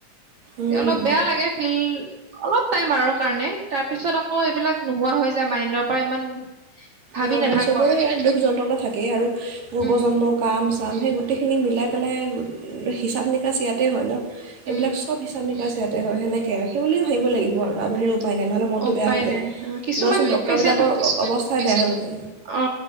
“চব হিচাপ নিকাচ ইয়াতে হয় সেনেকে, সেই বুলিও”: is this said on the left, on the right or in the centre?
Right